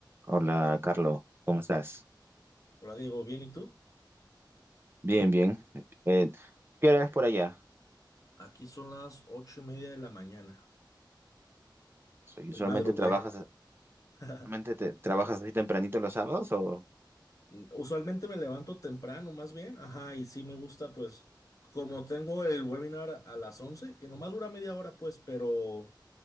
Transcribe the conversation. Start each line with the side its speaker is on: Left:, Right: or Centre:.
Right: Hola, Carlos, ¿cómo estás?
Left: Hola Diego, ¿bien y tú?
Right: Bien, bien. Eh, ¿qué hora es por allá?
Left: Aquí son las ocho y media de la mañana.
Right: Soy- ¿Usualmente
Left: Hoy madrugué.
Right: trabajas,
Left: <laughs>
Right: usualmente te- trabajas así tempranito los sábados o
Left: Usualmente me levanto temprano, más bien. Ajá, y sí me gusta, pues, como tengo el webinar a las once, que nomás dura media hora, pues, pero